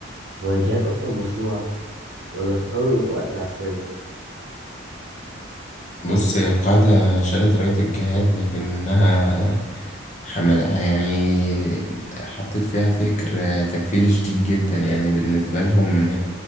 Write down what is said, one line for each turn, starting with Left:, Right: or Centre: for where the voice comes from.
Right: هو الجهاد أصلا مشروع ولا تطرف وقتل عشوائي؟
Left: بص هي القاعدة شالت راية الجهاد لكنها حملها يعني حطت فيها فكر تكفيري شديد جدا يعني بالنسبة لهم